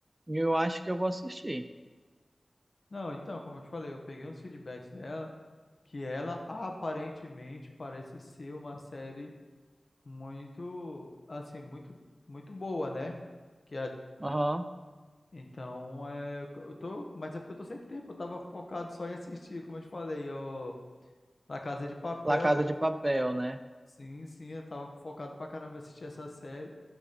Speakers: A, on the right; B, on the left.
A: e eu acho que eu vou assistir.
B: Não, então, como eu te falei, eu peguei uns feedbacks dela, que ela aparentemente parece ser uma série muito, assim, muito, muito boa, né? Que a-
A: Aham.
B: então, é, eu tô, mas é porque eu tô sem tempo, eu tava focado só em assistir, como eu te falei, eu, La Casa de Papel,
A: La Casa
B: cara.
A: de Papel, né?
B: Sim, sim, eu tava focado pra caramba em assistir essa série.